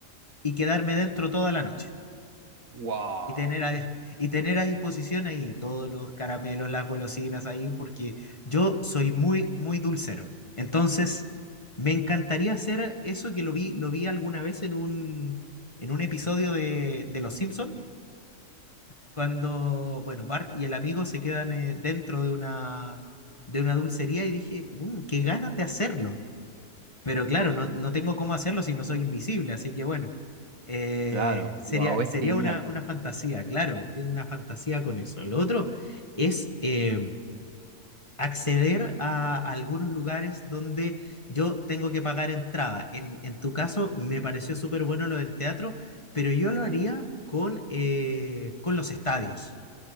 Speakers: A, on the left; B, on the right.
A: y quedarme dentro toda la noche.
B: Wow.
A: Y tener a, y tener a disposición ahí todos los caramelos, las golosinas ahí, porque yo soy muy, muy dulcero. Entonces, me encantaría hacer eso que lo vi, lo vi alguna vez en un, en un episodio de, de Los Simpson, cuando, bueno, Bart y el amigo se quedan eh, dentro de una, de una dulcería y dije, "Mm, qué ganas de hacerlo. Pero claro, no, no tengo cómo hacerlo si no soy invisible, así que bueno, eh,
B: Claro,
A: sería,
B: wow, es
A: sería
B: genial.
A: una, una fantasía, claro, tengo una fantasía con eso. Lo otro es eh, acceder a, algunos lugares donde yo tengo que pagar entrada. En, en tu caso, me pareció súper bueno lo del teatro, pero yo lo haría con, eh, con los estadios.